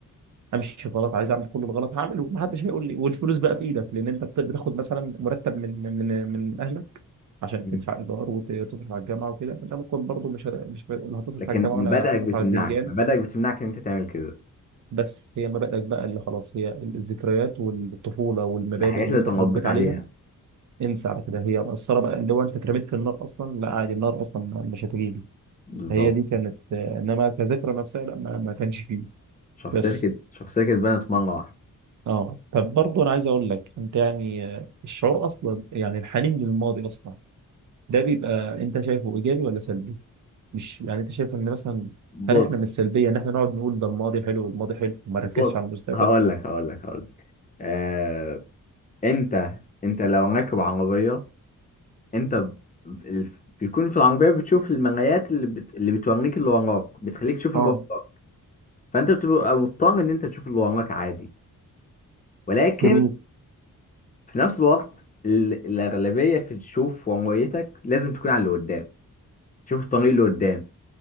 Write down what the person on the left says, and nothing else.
مم.
لكن
مبادئك
بتمنعك
مبادئك بتمنعك ان انت تعمل كده
الحاجات
اللي
تربيت
عليها
بالظبط
شخصيتك
ات- شخصيتك اتبنت مرة واحدة
بص
بص
هقول لك هقول لك هقول لك آه... انت انت لو راكب عربية انت ب... ال- بيكون في العربية بتشوف المرايات اللي بت... اللي بتوريك اللي وراك بتخليك تشوف اللي
وراك فانت بتبقى مضطر ان انت تشوف اللي وراك عادي ولكن
في نفس الوقت ال- الأغلبية في تشوف ورقتك لازم تكون على اللي قدام شوف الطريق اللي قدام